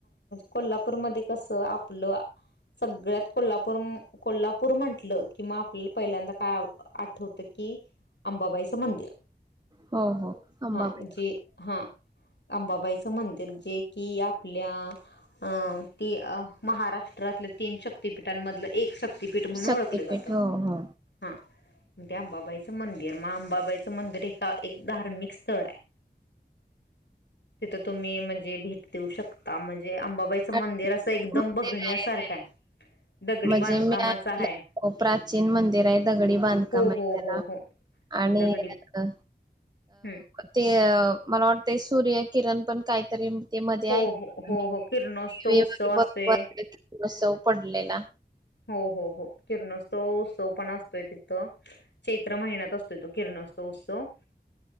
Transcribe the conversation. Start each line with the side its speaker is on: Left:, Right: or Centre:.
Left: कोल्हापूरमध्ये कसं आपलं सगळ्यात कोल्हापूर कोल्हापूर म्हंटलं कि मग आपल्याला पहिल्यांदा काय आठवत की अंबाबाईचं मंदिर
Right: हो हो अंबाबाई
Left: हा जे हा अंबाबाईच म्हणते जे कि आपल्या अ ती महाराष्ट्रातले तीन शक् शपीठांमधलं एक शक्तिपीठ म्हणून
Right: शक्तपीठ
Left: ओळखलं जातं
Right: हो हो
Left: हा ते अंबाबाईचं मंदिर मंदिर मा अंबाबाईचं मंदिर ए एक धार्मिक स्थळ आहे तिथं तुम्ही म्हणजे भेट देऊ शकता म्हणजे म्हणजे अंबाबाईचं
Right: आणि
Left: मंदिर असं एकदम
Right: मंदिर
Left: बघण्यासारखं
Right: आहे
Left: दगडी
Right: म्हणजे
Left: बांधकामाचा
Right: मीई
Left: आहे
Right: प्राचीन मंदिर आहे दगडी बांधकाम
Left: हो
Right: आहे
Left: हो
Right: त्याला
Left: हो हो
Right: आणि
Left: दगडी
Right: अ
Left: हम्म
Right: ते मला वाटतंय सूर्य किरण पण काहीतरी ते मध्ये
Left: हो
Right: ऐक
Left: हो हो हो किरणोत्सव उत्सव
Right: बत्सव
Left: असतोय
Right: पडलेला
Left: हो हो हो किरणोत्सव उत्सव पण असतोय तिथ चैत्र महिन्यात असतो तो किरण उत्सव